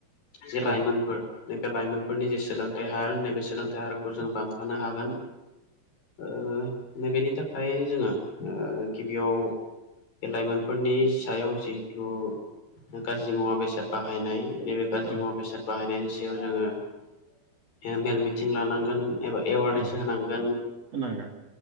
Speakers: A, on the left; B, on the right.
A: जे लाइमोनफोर।
B: औ ओं
A: नैबे लाइमोनफोरनि जि सोलोंथाइ हार नैबे सोलोंथाइ हारखौ जों बांहोनो हागोन। ओं। नै बेेनि थाखाय जोङो ओ गिबियाव लाइमोनफोरनि। सायाव जिहेतु गाज्रि मुवा बेसाद बाहायनाय नैबे गाज्रि
B: ओं
A: मुवा बेसाद बाहायनायनि। सायाव जोङो मेल, मिटिं लानांगोन।। एबा एवारनेस
B: ओं
A: होनांगोन।
B: होनांगोन